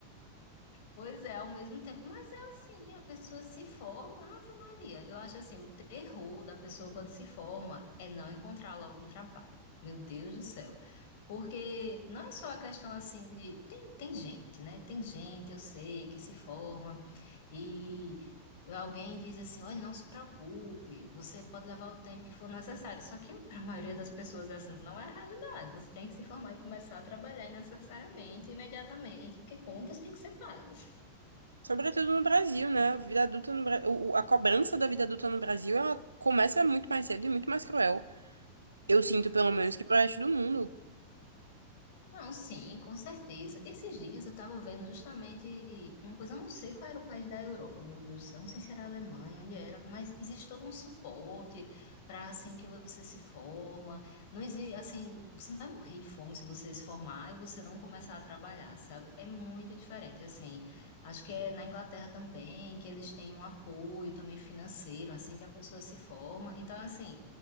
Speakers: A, on the left (about 50°); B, on the right (about 80°).
A: Pois é, ao mesmo tempo, mas é assim, a pessoa se forma, Ave Maria. Eu acho assim, o terror da pessoa quando se forma é não encontrar logo um trabalho. Meu Deus do céu. Porque não é só a questão assim de. Tem, tem gente, né? Tem gente, eu sei, que se forma e alguém diz assim: olha, não se preocupe, você pode levar o tempo que for necessário. Só que para a maioria das pessoas essa não é a realidade. Você tem que se formar e começar a trabalhar necessariamente, imediatamente, porque contas têm que ser pagas.
B: Sobretudo no Brasil, né? A vida adulta no Bra... o- o- A cobrança da vida adulta no Brasil, ela começa muito mais cedo e muito mais cruel. Eu sinto, pelo menos,
A: Sim.
B: que pro resto do mundo.
A: Não, sim, com certeza. Esses dias eu estava vendo justamente uma coisa, eu não sei qual era o país da Europa, meu Deus do céu, não sei se era a Alemanha, onde era, mas existe todo um suporte para assim que você se forma. Não existe, assim, você não vai morrer de fome se você se formar e você não começar a trabalhar, sabe? É muito diferente, assim. Acho que é na Inglaterra também que eles têm um apoio também financeiro assim que a pessoa se forma. Então, assim,